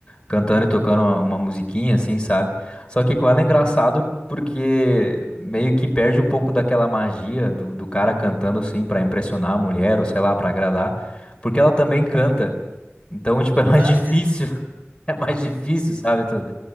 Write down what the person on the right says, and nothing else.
Uhum.
Uhum.
Ah,